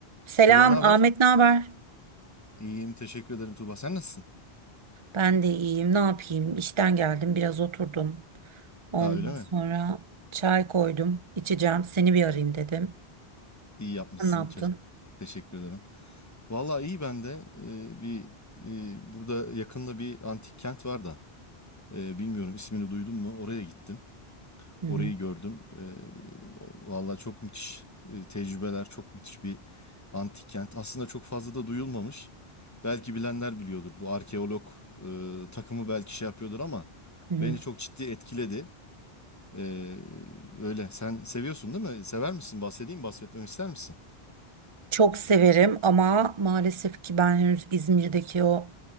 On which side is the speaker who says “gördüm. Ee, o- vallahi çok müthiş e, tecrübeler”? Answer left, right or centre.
Left